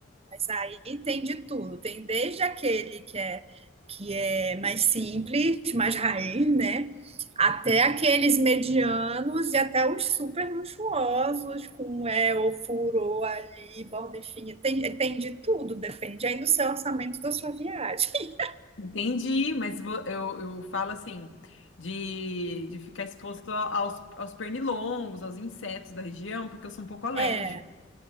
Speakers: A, on the right; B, on the left.
A: Mas aí tem de tudo. Tem desde aquele que é que é mais simples, mais raiz, né? Até aqueles medianos e até os super luxuosos, com é, ofurô ali, borda fina. Tem, tem de tudo, depende aí do seu orçamento e da sua viagem. <laughs>
B: Entendi, mas vo- eu, eu falo assim, de, de ficar exposto a- aos, aos pernilongos, aos insetos da região, porque eu sou um pouco alérgica.
A: É.